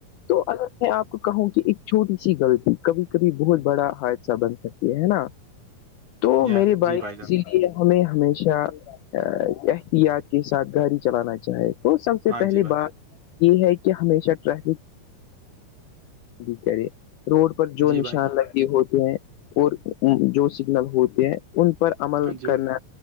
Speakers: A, on the left; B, on the right.
A: تو اگر میں آپ کو کہوں کہ ایک چھوٹی سی غلطی کبھی کبھی بہت بڑا حثہ بن سکتی ہے نا تو
B: یا
A: میری بائک
B: جی بھائی جان
A: یہ ہمیں ہمیشہ احتیاط کے ساتھ گاڑی چلانا چاہے وہ سب سے
B: ہاں
A: پہلی
B: جی بھائی
A: بات یہ ہے کہ ہمیشہ ٹریفکے روڈ جو
B: جی
A: نشان
B: بھائی جان
A: لگی ہوتے ہیں اور جو سگنل ہوتے ہیں ان پر عمل
B: ہاں جی بھائی
A: کرنا